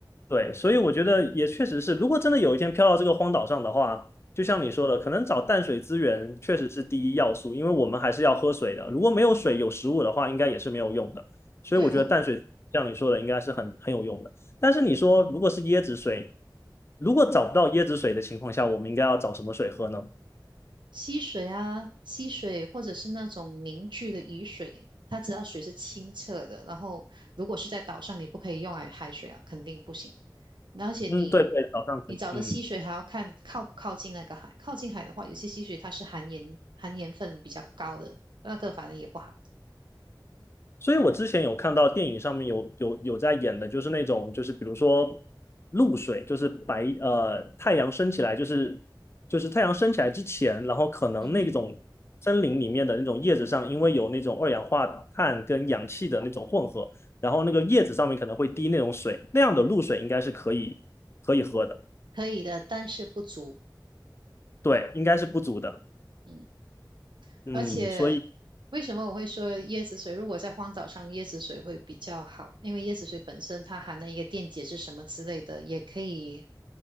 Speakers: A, on the left; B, on the right.
A: 对，所以我觉得也确实是，如果真的有一天飘到这个荒岛上的话，就像你说的，可能找淡水资源确实是第一要素，因为我们还是要喝水的，如果没有水有食物的话，应该也是没有用的，所以我觉得淡水像你说的应该是很很有用的。
B: 对，很
A: 但是你说如果是椰子水，如果找不到椰子水的情况下，我们应该要找什么水喝呢？
B: 溪水啊，溪水或者是那种凝聚的雨水，他只要水是清澈的，然后如果是在岛上，你不可以用来海水啊，肯定不行。而且你
A: 嗯，对对，早上可以，
B: 你找的溪水还要看靠不靠近那个海，
A: 嗯。
B: 靠近海的话，有些溪水它是含盐含盐分比较高的，那个反正也不好。
A: 所以我之前有看到电影上面有有有在演的，就是那种就是比如说露水，就是白呃太阳升起来，就是就是太阳升起来之前，然后可能那种森林里面的那种叶子上，
B: 嗯哼，
A: 因为有那种二氧化碳跟氧气的那种混合，然后那个叶子上面可能会滴那种水，那样的露水应该是可以可以喝的。
B: 可以的，但是不足。
A: 对，应该是不足的。
B: 嗯。
A: 嗯，
B: 而且
A: 所以
B: 为什么我会说椰子水？如果在荒岛上，椰子水会比较好，因为椰子水本身它含了一个电解质什么之类的，也可以